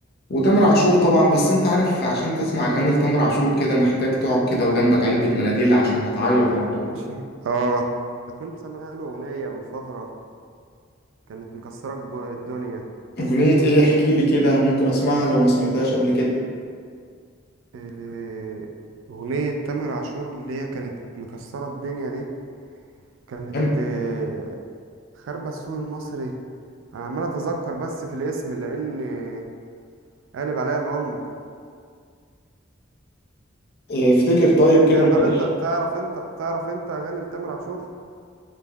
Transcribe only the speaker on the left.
وتامر عاشور طبعا بس انت عارف عشان تسمع اغاني لتامر عاشور كده محتاج تقعد كده وجنبك علبة مناديل عشان هتعيط على طول
اغنية ايه احكي لي كده ممكن اسمعها لو ما سمعتهاش قبل كده
حلو.
إيه، افتكر طيب كده
معلش